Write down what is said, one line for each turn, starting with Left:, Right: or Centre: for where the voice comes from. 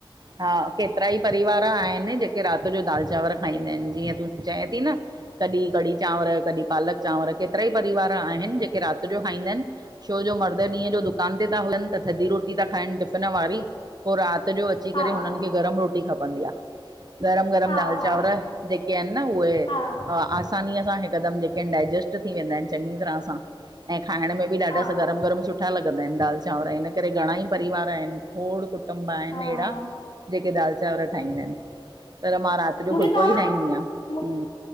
Right: हा केतिरा ई परिवार आहिनि जेके राति जो दाल चांवर खाईंदा आहिनि। जीअं तूं चए ती न। कॾि कढी चांवर, कॾि पालक चांवर केतिरा ई परिवार आहिनि जेके रात जो खाईंदा आहिनि। छोजो मर्द ॾींहं जो दुकान ते था हलनि, त थधी रोटी था खाइनि टिफ़िन वारी। पोइ राति जो अची
Left: हा
Right: करे हुननि खे गरम रोटी खपंदी आ। गरम-गरम
Left: हा
Right: दाल
Left: हा
Right: चांवर, जेके आहिनि न उहे
Left: हा
Right: आस आसानिअ सां हिकदमि जेके डायजेस्ट थी वेंदा आहिनि चंॻी तराह सां ऐं खाअण में की ॾाढा
Left: हा
Right: सा गरम-गरम सुठा लगंदा आहिनि दाल चांवर, हिन करे घणा ई परिवार आहिनि खोड़ कु कुटुम्ब आहिनि
Left: हा
Right: ऐंड़ा। जेके दाल चांवर ठाहींदा आहिनि, पर मां राति जो
Left: मूंखे
Right: फुल्को
Left: तव्हां
Right: ई ठाहींदी आहियां।
Left: मु-